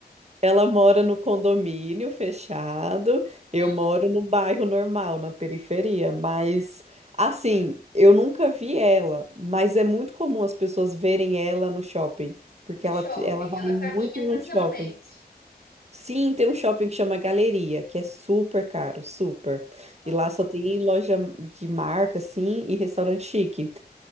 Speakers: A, on the right (about 40°); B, on the left (about 65°).
A: Ela mora no condomínio fechado, eu
B: Aham.
A: moro no bairro normal, na periferia, mas assim, eu nunca vi ela, mas é muito comum as pessoas verem ela no shopping, porque
B: No
A: ela,
B: shopping.
A: te- ela vai
B: Ela
A: muito
B: caminha
A: no
B: tranquilamente.
A: shopping. Sim, tem um shopping que chama Galeria, que é super caro, super.
B: Aham.
A: E lá só tem loja de marca, assim, e restaurante chique.